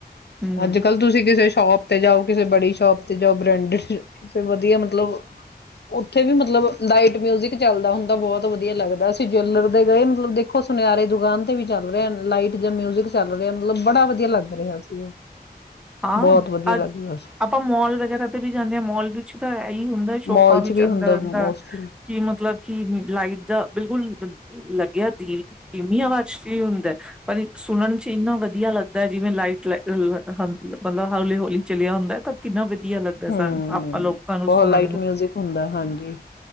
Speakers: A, in the centre; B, on the left.
A: ਹਮ
B: ਅੱਜ ਕੱਲ ਤੁਸੀਂ ਕਿਸੇ ਸ਼ੋਪ ਤੇ ਜਾਓ ਕਿਸੇ ਬੜੀ ਸ਼ੋਪ ਤੇ ਜਾਓ ਬ੍ਰੈਂਡਡ ਵਧੀਆ ਮਤਲਬ ਉੱਥੇ ਵੀ ਮਤਲਬ ਲਾਈਟ ਮਿਊਜਿਕ ਚੱਲਦਾ ਹੁੰਦਾ ਬਹੁਤ ਵਧੀਆ ਲੱਗਦਾ ਅਸੀਂ ਜੈਵੈਲਰ ਦੇ ਗਏ ਮਤਲਬ ਦੇਖੋ ਸੁਨਿਆਰੇ ਦੁਕਾਨ ਤੇ ਵੀ ਚੱਲ ਰਿਹਾ ਲਾਈਟ ਜਾਂ ਮਿਊਜਿਕ ਚੱਲ ਰਿ ਮਤਲਬ ਬੜਾ ਵਧੀਆ ਲੱਗ ਰਿਹਾ ਸੀ ਉਹ
A: ਹਾਂ
B: ਬਹੁਤ ਵਧੀਆ
A: ਅ
B: ਲੱਗ ਰਿਹਾ ਸੀ
A: ਆਪਾਂ ਮੋਲ ਵਗੈਰਾ ਤੇ ਵੀ ਜਾਂਦੇ ਹਾਂ ਮੋਲ ਵਿੱਚ ਤਾਂ ਇਹੀ ਹੁੰਦਾ ਸ਼ੋਪਾਂ
B: ਮੋਲ ਚ
A: ਵਿੱਚ
B: ਵੀ
A: ਅੰਦਰ
B: ਹੁੰਦਾ ਮੋਸਟਲੀ
A: ਅੰਦਰ ਕਿ ਮਤਲਬ ਕਿ ਲਾਈਟ ਦਾ ਬਿਲਕੁਲ ਲੈ ਗਿਆ ਦੀ ਕਿਵੀ ਆਵਾਜ਼ ਹੁੰਦਾ ਪਰ ਸੁਣਨ ਚ ਇੰਨਾ ਵਧੀਆ ਲੱਗਦਾ ਜਿਵੇਂ ਲਾਈਟ ਹ ਮਤਲਬ ਹੌਲੀ ਹੌਲੀ ਚਲਿਆ ਹੁੰਦਾ ਹੈ ਤਾਂ ਕਿੰਨਾ ਵ ਵਧੀਆ ਲੱਗਦਾ ਸਨ
B: ਹਮ
A: ਆਪਾਂ ਲੋਕਾਂ ਨੂੰ
B: ਬਹੁਤ
A: ਸੁਣਨ
B: ਲਾਈਟ
A: ਨੂੰ
B: ਮਿਊਜਿਕ ਹੁੰਦਾ ਹਾਂਜੀ